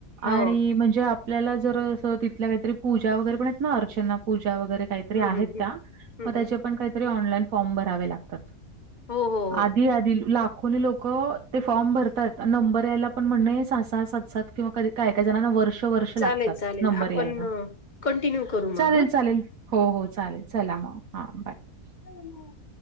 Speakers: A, on the left; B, on the right.
A: हो
B: आणि म्हणजे आपल्याला जर अस तिथल्या काहीतरी पूजा वगैरे पण आहेत ना अर्चना पूजा वगैरे काहीतरी
A: हम्म
B: आहेत
A: हम्म हम्म
B: त्या
A: हम्म
B: मग त्याच्या
A: हम्म
B: पण काहीतरी ऑनलाईन फॉर्म भरावे लागतात.
A: हो हो. हो
B: आधी, आधी ला कोणी लोक ते फॉर्म भरतात नंबर यायला पण म्हणणे सहा, सहा, सात, सात किंवा कधी काय, काय जणाणा वर्ष वर्ष लागतात
A: चालेल चालेल
B: नंबर
A: आपण
B: यायला
A: कंटिन्यू करू
B: चालेल
A: मग हा
B: चालेल हो हो चालेल चला म. हा बाय ‌.
A: ह <unintelligible>